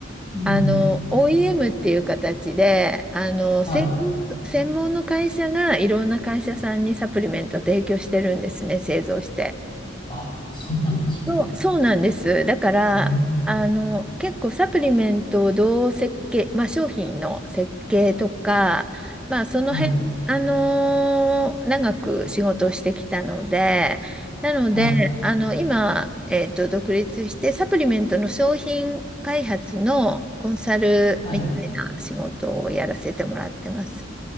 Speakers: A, on the left (about 25°); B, in the centre.
A: うんうん。
B: あの、OEM っていう形で、あの、
A: はい。
B: 専門専門の会社がいろんな会社さんにサプリメント提供してるんですね、製造して。
A: あ、そうなんですね。
B: そう、そうなんです。だから、
A: ええ、
B: あの、結構サプリメントをどう設計、まあ、商品の設計とか、まあ、その辺、
A: はい、
B: あのー長く仕事をしてきたので、なので、
A: はい、
B: あの、今、えっと、独立して、サプリメントの商品開発のコンサルみたいな仕事をやらせてもらってます。
A: はい。